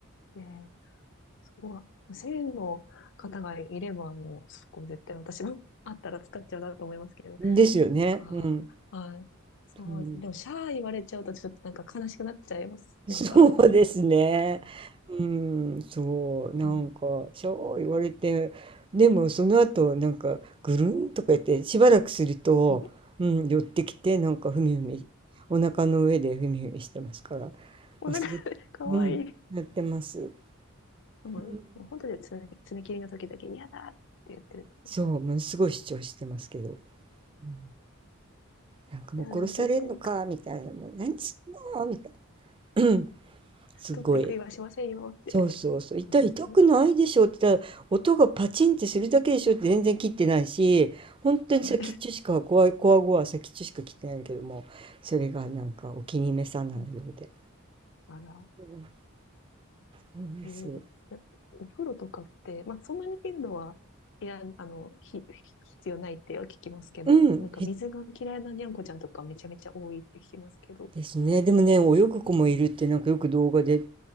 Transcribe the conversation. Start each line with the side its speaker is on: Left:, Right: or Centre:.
Left: えー、そこは、1000円の方がいれば、もう、そこ絶対私も <laughs> あったら使っちゃうなと思いますけど。
Right: ですよね。
Left: なんか、
Right: うん。
Left: はい。そうですね。
Right: うん、
Left: でも、シャー言われちゃうと、ちょっとなんか悲しくなっちゃいませんか
Right: そうですね。
Left: <laughs>
Right: うん、そう、なんか、
Left: うん。
Right: そう言われて、でもその後、なんか、ぐるんとか言って、しばらくすると、
Left: <laughs>
Right: うん、寄ってきて、なんか、ふみふみ、お腹の上でふみふみしてますから、
Left: お腹、
Right: 忘れ、
Left: か <laughs> かわいい。
Right: うん、やってます。
Left: もうもう本当に爪、
Right: うん
Left: 爪切りの時だけ嫌だって言ってるんですよ。
Right: そう、ものすごい主張してますけど、うん、なんかもう殺されんのか、
Left: いや、でも絶対いいか。
Right: みたいな、もう何すんのみたいな、うんすごい
Left: 取って食いはしませんよ。
Right: そうそうそう。痛い、
Left: なんですけど。
Right: 痛くないでしょって言ったら、音がパチンってするだけでしょって全然切ってないし、本当に先っちょしか、
Left: はい。
Right: こわいこわごわ先っちょしか切ってないけども、それがなんかお気に召さないようで。
Left: うんだから、
Right: うんそうです。
Left: えー、でお風呂とかって、まあ、そんなに頻度は、いや、あの、ひ、必要ないっては聞きますけど、
Right: うん、
Left: なんか水が嫌いなにゃんこちゃんとかめちゃめちゃ多いって聞きますけど、
Right: へですね。でもね、
Left: どうですか
Right: 泳ぐ子もいるってなんかよく動画で